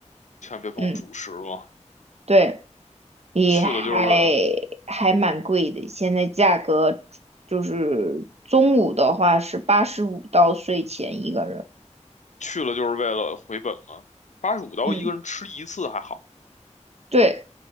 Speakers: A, on the left (about 75°); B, on the right (about 60°).
A: 千万别碰主食了。
B: 嗯，对，也还
A: 去了就是为了
B: 还蛮贵的，现在价格就是中午的话是八十五到税前一个人。
A: 去了就是为了回本嘛。八十五刀一个人吃一次还好。
B: 嗯，对，